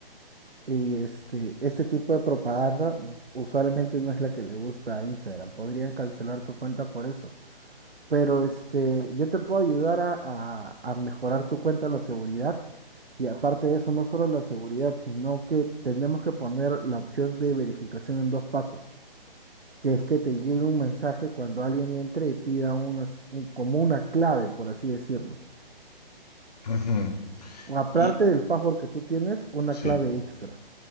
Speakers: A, on the right (about 80°); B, on the left (about 40°).
A: Y este, ese tipo de propaganda mm, usualmente no es la que le gusta a Instagram. Podrían cancelar tu cuenta por eso. Pero este, yo te puedo ayudar a, a- a mejorar tu cuenta la seguridad. Y aparte de eso, no solo la seguridad, sino que tenemos que poner la opción de verificación en dos pasos, que es que te llegue un mensaje cuando alguien entre y pida unas, un- como una clave, por así decirlo.
B: Ujú.
A: O aparte
B: Y
A: del password que tú tienes, una
B: sí,
A: clave extra.